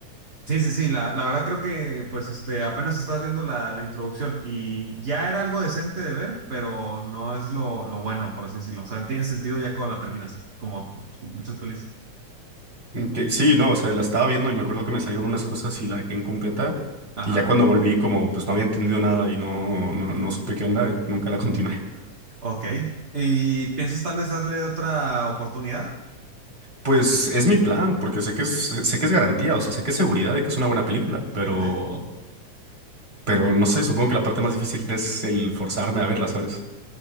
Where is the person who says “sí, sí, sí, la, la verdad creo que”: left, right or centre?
Right